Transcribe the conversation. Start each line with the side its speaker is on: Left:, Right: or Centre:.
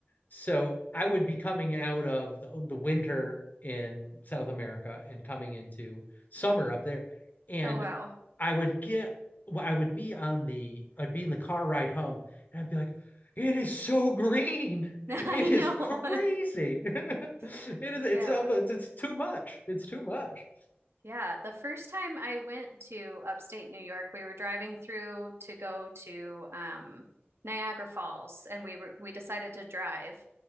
Left: So I would be coming out of the, the winter in South America and coming into summer up there. And
Right: Oh, wow.
Left: I would get, well, I would be on the, I'd be in the car ride home and I'd be like, it is so green.
Right: <laughs>
Left: It
Right: I know.
Left: is crazy. <laughs> it is,
Right: <laughs>
Left: it's,
Right: Yeah.
Left: it's, it's too much. It's too much.
Right: Yeah, the first time I went to upstate New York, we were driving through to go to um, Niagara Falls, and we were we decided to drive.